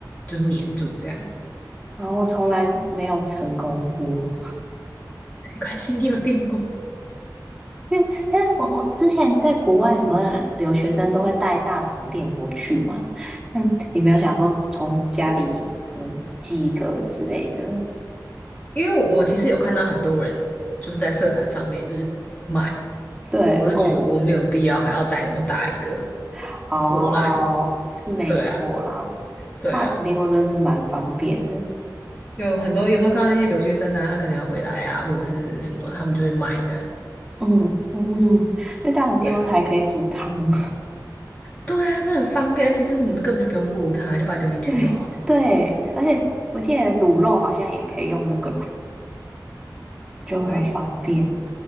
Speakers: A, on the left (about 20°); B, in the centre.
A: 就是粘住这样。<laughs>
B: 然后我从来没有成功过。
A: 没关系，你有电过。
B: 因为但我我之前在国外，很多留学生都会带大同电锅去嘛。那你没有想说从家里可能寄一个之类的？
A: 嗯，因为我其实有看到很多人就是在社团上面就是买，
B: 对，
A: 我就觉得我没有必要还要带那么大一个
B: 嗯，<laughs> 哦，
A: 过来。
B: 是没错啦。
A: 对啊，对啊，
B: 大同电锅真的是蛮方便的。
A: 就很多有时候看到那些留学生啊，他可能要回来啊，或者是什么，他们就会买这样。
B: 嗯嗯，因为大同电锅还可以煮汤。
A: 对啊，对啊，这很方便，而且就是你根本就不用顾他，就把它丢进去就好了。
B: <laughs> 对对，而且我记得卤肉好像也可以用那个卤就很方便
A: 对，